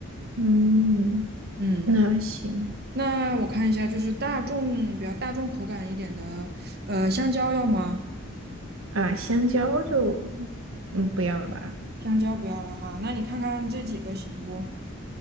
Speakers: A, on the right; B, on the right.
A: 嗯，
B: 嗯，
A: 那行
B: 那我看一下，就是大众比较大众口感一点的，呃，香蕉要吗？
A: 啊，香蕉就嗯不要了吧？
B: 香蕉不要了哈，那你看看这几个行不？